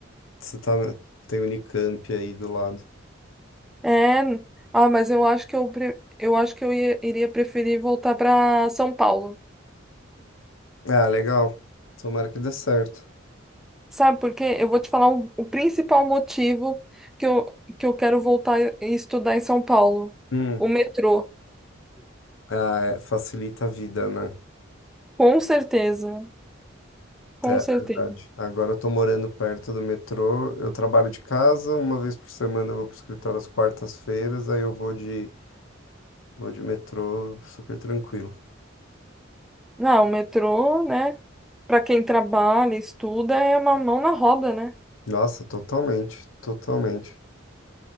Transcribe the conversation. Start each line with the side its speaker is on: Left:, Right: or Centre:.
Left: você tá, na- tem Unicamp aí do lado.
Centre: É, ah, mas eu acho que eu, pre- eu acho que eu ia- iria preferir voltar para São Paulo.
Left: Ah, legal. Tomara que dê certo.
Centre: Sabe por quê? Eu vou te falar o, o principal motivo que eu, que eu quero voltar e estudar em São Paulo.
Left: Hum.
Centre: O metrô.
Left: Ah, é, facilita a vida, né?
Centre: Com certeza, com
Left: É
Centre: certeza.
Left: verdade. Agora eu tô morando perto do metrô, eu trabalho de casa, uma vez por semana eu vou pro escritório às quartas-feiras, aí eu vou de, vou de metrô super tranquilo.
Centre: Não, o metrô, né? Para quem trabalha, estuda, é uma mão na roda, né?
Left: Nossa, totalmente, totalmente.